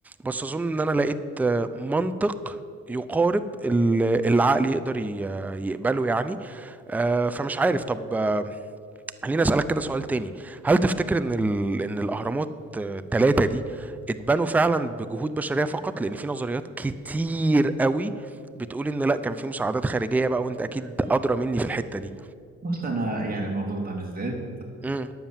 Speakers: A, in the centre; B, on the right.
A: بس اظن ان انا لقيت آه، منطق يقارب اللي العقل يقدر ي- يقبله يعني آه، فمش عارف طب آه، خليني اسالك كده سؤال تاني هل تفتكر ان ال... ان الاهرامات الثلاثه دي اتبنوا فعلا بجهود بشريه فقط لان في نظريات كتير قوي بتقول ان لا كان في مساعدات خارجيه بقى وانت اكيد ادرى مني في الحته دي
B: بص أنا يعني الموضوع ده بالذات
A: امم